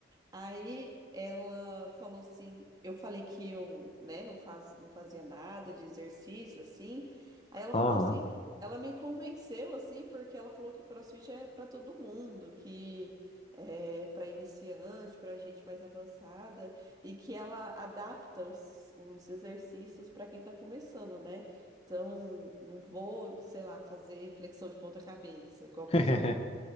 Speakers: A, on the right (about 20°); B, on the left (about 30°).
A: Aí ela falou assim, eu falei que eu, né, não faz, não fazia nada de exercício assim. Aí ela
B: <laughs> Aham,
A: falou assim, ela me convenceu assim, porque ela falou que CrossFit é para todo mundo, que é para iniciante, para gente mais avançada e que ela adapta os, os exercícios para quem tá começando, né? Então, não vou, sei lá, fazer flexão de ponta cabeça, igual o
B: <laughs>
A: pessoal